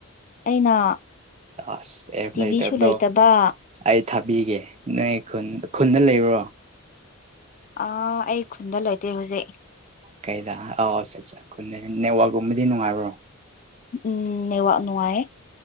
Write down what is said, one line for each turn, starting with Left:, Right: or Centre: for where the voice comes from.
Left: ꯑꯩꯅ
Right: ꯑꯁ ꯑꯦꯞ
Left: ꯇꯤꯚꯤꯁꯨ
Right: ꯂꯩꯇꯕꯗꯣ
Left: ꯂꯩꯇꯕ
Right: ꯑꯩ ꯊꯥꯕꯤꯒꯦ ꯅꯣꯏ ꯈꯨꯟ ꯈꯨꯟꯗ ꯂꯩꯕ꯭ꯔꯣ
Left: ꯑ ꯑꯩ ꯈꯨꯟꯗ ꯂꯩꯇꯦ ꯍꯧꯖꯤꯛ
Right: ꯀꯩꯗ ꯑꯥꯎ ꯑꯠ ꯈꯨꯟꯗ ꯅꯦꯠꯋꯥꯛꯀꯨꯝꯕꯗꯤ ꯅꯨꯡꯉꯥꯏꯕ꯭ꯔꯣ
Left: ꯎꯝ ꯅꯦꯋꯥꯛ ꯅꯨꯡꯉꯥꯏꯌꯦ